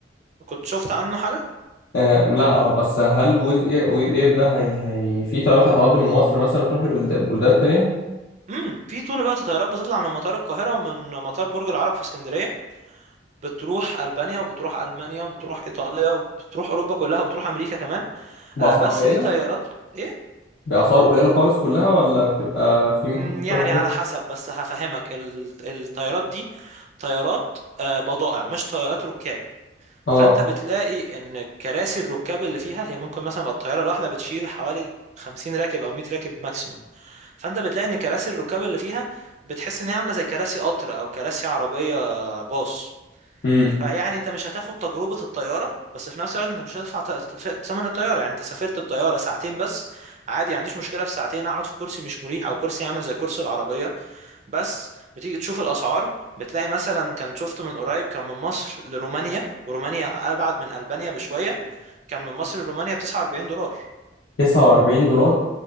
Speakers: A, on the right (about 40°); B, on the left (about 70°).
A: كنت شفت عنه حاجة
B: آه لا اه بس هل ويز اير ويز اير ده هي, هي في طيارات هتعدي من مصر مثلا تروح لبلدان تانية
A: امم في طول الوقت طيارات بتطلع من مطار القاهرة ومن مطار برج العرب في اسكندرية بتروح ألبانيا وبتروح ألمانيا وبتروح إيطاليا وبتروح أوروبا كلها وبتروح أمريكا كمان
B: بأسعار
A: آه بس
B: قليلة
A: دي طيارات إيه؟
B: بأسعار قليلة خالص كلها ولا بتبقى في ممكن
A: مم،
B: تكون
A: يعني
B: حاجات
A: على حسب بس هفهمك ال- الطيارات دي طيارات آه بضائع مش طيارات ركاب
B: اه
A: فأنت بتلاقي إن كراسي الركاب اللي فيها هي ممكن مثلا بقى الطيارة الواحدة بتشيل حوالي 50 راكب أو 100 راكب ماكسيموم فانت بتلاقي ان كراسي الركاب اللي فيها بتحس ان هي عامله زي كراسي قطر او كراسي عربيه باص
B: امم
A: فيعني انت مش هتاخد تجربه الطياره بس في نفس الوقت انت مش هتدفع ت- ت- ثمن الطياره يعني انت سافرت بطياره ساعتين بس عادي ما عنديش مشكله في ساعتين اقعد في كرسي مش مريح او كرسي عامل زي كرسي العربيه بس بتيجي تشوف الاسعار بتلاقي مثلا كان شفت من قريب كان من مصر لرومانيا ورومانيا ابعد من البانيا بشويه كان من مصر لرومانيا ب 49 دولار
B: 49 دولار